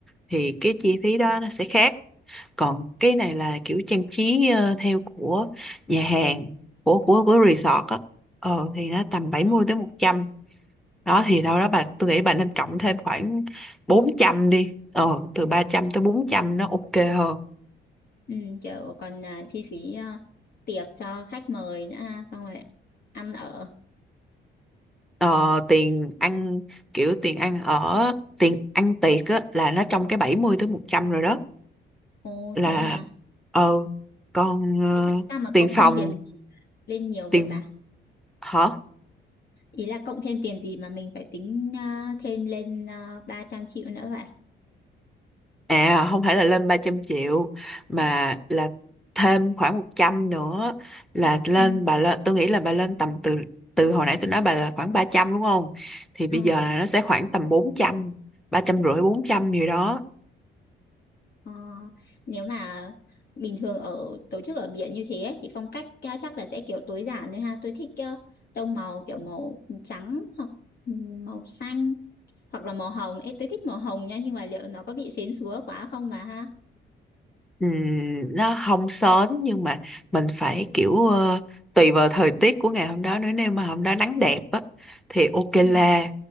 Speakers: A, in the centre; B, on the left (about 55°).
A: thì cái chi phí
B: Ờ,
A: đó nó sẽ khác còn cái này là kiểu trang trí ờ, theo của nhà hàng của của của resort á ờ thì nó tầm bảy
B: ờ.
A: mươi tới một trăm đó thì đâu đó bà tôi nghĩ bà nên cộng thêm khoảng 400 đi ờ từ 300 tới 400 nó ok hơn
B: ừ. kiểu còn ờ, chi phí ờ, tiệc cho khách mời nữa ha, xong rồi ăn ở
A: Ờ, tiền ăn kiểu tiền ăn ở tiền ăn tiệc á là nó trong cái 70 tới 100 rồi đó
B: ồ
A: là
B: thế hả
A: ờ còn ờ,
B: thế sao mà
A: tiền
B: cộng
A: phòng
B: thêm tiền lên nhiều
A: tiền
B: vậy bà
A: hả
B: ý là cộng thêm tiền gì mà mình phải tính ờ, thêm lên uh, 300 triệu nữa vậy
A: à không phải là lên 300 triệu mà là thêm khoảng 100 nữa là lên
B: Ừ.
A: bà lên tôi nghĩ là bà lên tầm từ từ hồi nãy tôi nói bà là khoảng 300 đúng không thì bây
B: Ờ,
A: giờ là nó sẽ khoảng tầm bốn trăm ba trăm rưỡi 400 gì đó
B: ờ, nếu mà bình thường ở tổ chức ở biển như thế ấy, thì phong cách ca- chắc là sẽ kiểu tối giản thôi ha. Tôi thích ờ, tông màu kiểu màu trắng hoặc ừ, màu xanh hoặc là màu hồng. Ê, tôi thích màu hồng nha nhưng mà liệu nó có bị xến xúa quá không mà ha?
A: Ừm, nó không sến nhưng mà mình phải kiểu ờ, tùy vào thời tiết của ngày hôm đó nữa nếu mà hôm đó nắng đẹp á thì ok la
B: Ừ.